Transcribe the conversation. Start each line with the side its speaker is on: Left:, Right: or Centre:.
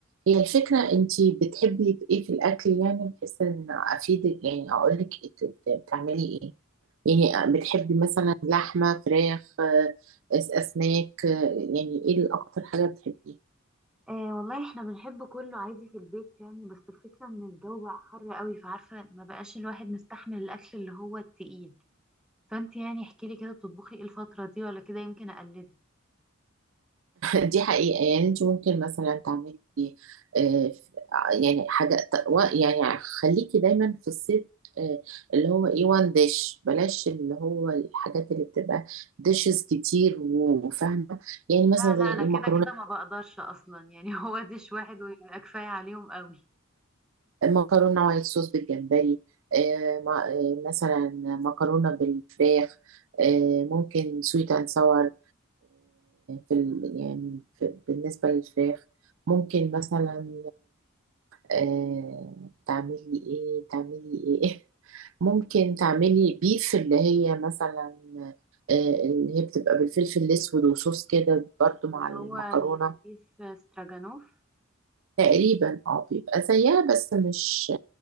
Right: الفكرة انتي بتحبي ايه في الاكل يعني بحيث ان افيدك يعني اقول لك بتعملي ايه يعني بتحبي مثلا لحمة فراخ آه، أس- اسماك آه، يعني ايه الاكتر حاجة بتحبيها
Centre: أه والله احنا بنحب كله عادي في البيت يعني بس الفكره ان الجو بقى حر قوي فعارفه ما بقاش الواحد مستحمل الاكل اللي هو التقيل فانتي يعني احكي لي كده بتطبخي ايه الفتره دي ولا كده يمكن اقلدك
Right: دي حقيقة يعني انت ممكن مثلا تعملي آه، يعني حاجة و- يعني خليكي دايما في الصيف آه، اللي هو ايه وان ديش بلاش اللي هو الحاجات اللي بتبقى ديشز كتير وفاهمة يعني مثلا
Centre: لا
Right: زي
Centre: لا انا
Right: ايه
Centre: كده
Right: مكرونة
Centre: كده ما بقدرش اصلا يعني <laughs> هو ديش واحد ويبقى كفايه عليهم قوي
Right: مكرونة وايت صوص بالجمبري آه، ما- آه، مثلا مكرونة بالفراخ آه، ممكن سويت اند ساور في ال- يعني في بالنسبة للفراخ ممكن مثلا آه، تعملي ايه تعملي ايه <laughs> ممكن تعملي بيف اللي هي مثلا آه، اللي هي بتبقى بالفلفل الاسود وصوص كده برضو مع
Centre: اللي هو
Right: المكرونه
Centre: البيف استراجانوف
Right: تقريبا اه بيبقى زيها بس مش